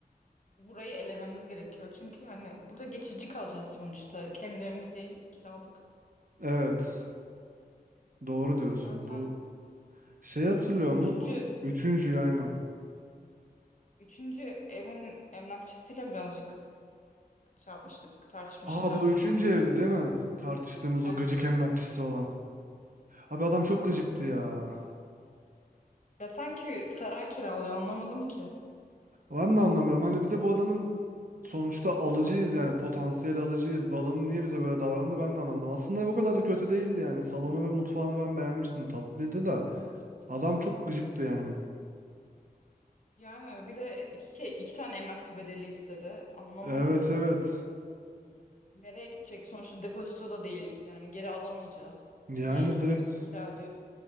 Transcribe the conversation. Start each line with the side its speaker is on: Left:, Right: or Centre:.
Left: burayı elememiz gerekiyor. Çünkü hani burada geçici kalacağız sonuçta. Kendi evimiz değil kiralık.
Right: Evet. Doğru diyorsun.
Left: İstersen
Right: Bu şey hatırlıyor
Left: şimdi üçüncü,
Right: mu? Bu üçüncüyü aynen.
Left: üçüncü evin emlakçısıyla birazcık şey yapmıştık, tartışmıştık
Right: Aa
Left: aslında.
Right: bu üçüncü evdi değil mi? Tartıştığımız
Left: Evet,
Right: o gıcık emlakçısı olan. Abi adam
Left: evet.
Right: çok gıcıktı ya.
Left: Ya sanki saray kiralıyor anlamadım ki.
Right: Ben de anlamıyorum. Hani bir de bu adamın sonuçta alıcıyız yani potansiyel alıcıyız. Bu adamın niye bize böyle davrandı ben de anlamadım. Aslında ev o kadar da kötü değildi yani. Salonu ve mutfağını ben beğenmiştim. Tatlıydı da adam çok gıcıktı yani.
Left: Yani bir de iki, şey, iki tane emlakçı bedeli istedi. Anlamadım.
Right: Evet evet.
Left: Nereye gidecek? Sonuçta depozito da değil. Yani geri alamayacağız.
Right: Yani
Left: Niye iki,
Right: direkt
Left: iki kira ödüyor?